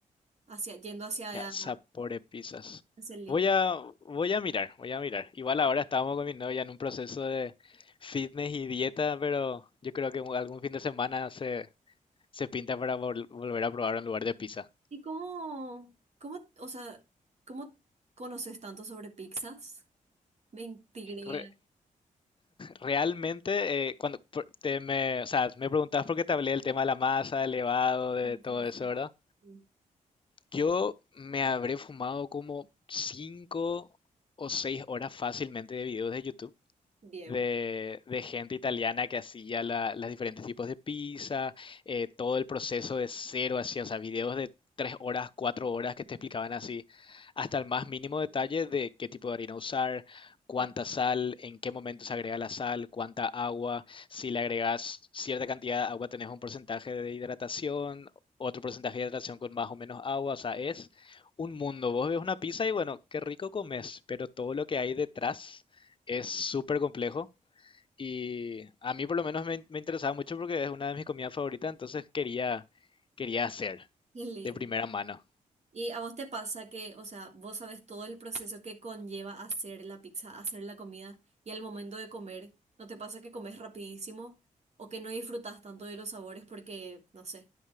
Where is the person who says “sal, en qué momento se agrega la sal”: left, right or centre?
Left